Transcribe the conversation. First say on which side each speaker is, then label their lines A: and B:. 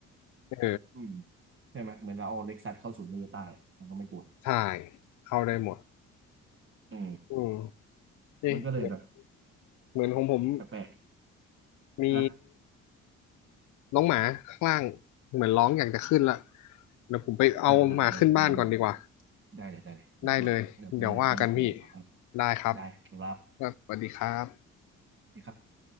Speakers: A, on the left; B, on the right.
A: เออ
B: อืมใช่ไหมเหมือนเราเอาเล็กซัสเข้าศูนย์โตโยต้ายมันก็ไม่กลัว
A: ใช่เข้าได้หมด
B: เออ
A: อืมเอ๊ะเดี๋ยว
B: มันก็เลยแบบ
A: เหมือนของผม
B: แปลก
A: มี
B: ๆฮะ
A: น้องหมาข้างล่างเหมือนร้องอยากจะขึ้นละเดี๋ยวผมไปเอาหมาขึ้นบ้านก่อนดีกว่า
B: อ่าอ่าเวลาเวลามาได้เลยได้เลยเดี๋ยวว่าเดี๋ยววันหลังไปมาคุยกันต่อครับ
A: ได้เลยเดี๋ยวว่ากันพี่ได้ครับ
B: ได้ครับ
A: ครับสวัสดีครับ
B: นี่ครับ